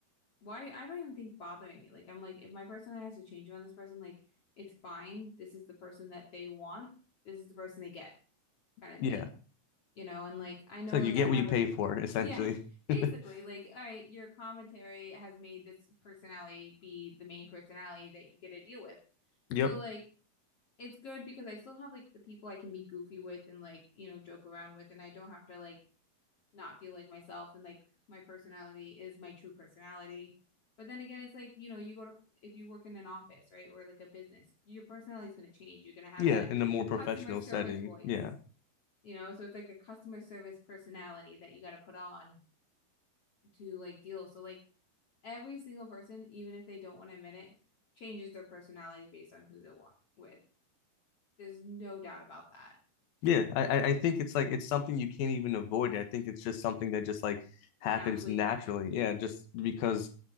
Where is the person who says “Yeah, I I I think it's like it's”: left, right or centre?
Left